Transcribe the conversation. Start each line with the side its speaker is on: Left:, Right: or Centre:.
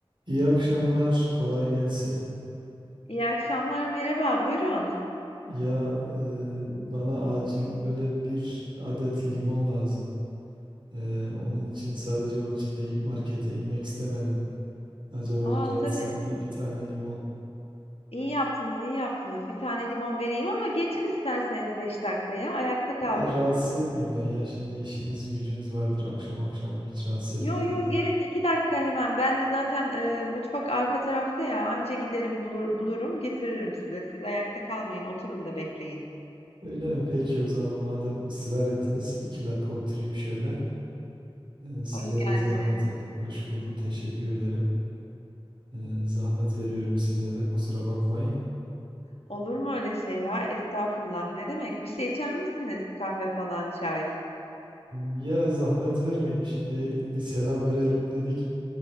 Right: İyi akşamlar, kolay gelsin.
Left: İyi akşamlar, merhaba, buyurun.
Right: Ya e, bana acil böyle bir adet limon lazım. E, onun için sadece onun için de gidip markete inmek istemedim. Acaba
Left: Aa
Right: rica etsem
Left: tabii.
Right: bir bir tane limon.
Left: İyi yaptınız, iyi yaptınız. Bir tane limon vereyim ama geçin isterseniz 5 dakikaya. Ayakta kaldınız.
Right: Ya rahatsız etmeyeyim ben ya şimdi işiniz gücünüz vardır akşam akşam hiç rahatsız
Left: Yo
Right: etmeyeyim
Left: yo
Right: ben.
Left: gelin 2 dakika hemen. Ben de zaten e, mutfak arka tarafta ya. Anca giderim bulur, bulurum getiririm size. Siz ayakta kalmayın, oturun da bekleyin.
Right: Öyle mi? Peki o zaman madem ısrar ettiniz iki dakika oturayım şöyle. E, size
Left: Hoş geldiniz.
Right: de zahmet ver. Hoş buldum, teşekkür ederim. E, zahmet veriyorum size de kusura bakmayın.
Left: Olur mu öyle şey ya? Estağfurullah. Ne demek? Bir şey içer misiniz? Kahve falan, çay.
Right: Ya zahmet vermeyeyim şimdi bir selam verelim dedik.